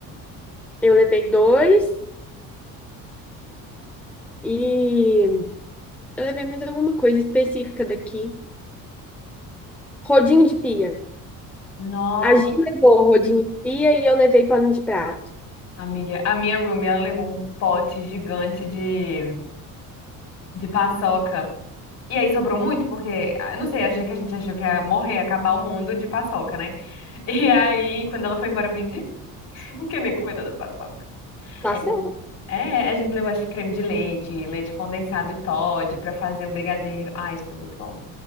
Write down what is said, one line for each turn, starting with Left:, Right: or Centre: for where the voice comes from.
Centre: Eu levei dois. E eu levei mais alguma coisa específica daqui. Rodinho de pia.
Left: Nossa.
Centre: A Gi levou rodinho de pia e eu levei pano de prato.
Left: Amiga, a minha roomie, ela levou um pote gigante de, de paçoca. E aí sobrou muito, porque, ah, eu não sei, achei que a gente achou que ia morrer, acabar o mundo de paçoca, né? <laughs> E aí, quando ela foi embora, eu vendi. <laughs> Que eu nem comi toda a paçoca.
Centre: Tá
Left: É,
Centre: certo.
Left: é, a gente levou, acho que creme de leite, leite condensado e Toddy pra fazer um brigadeiro. Ah, isso foi muito bom.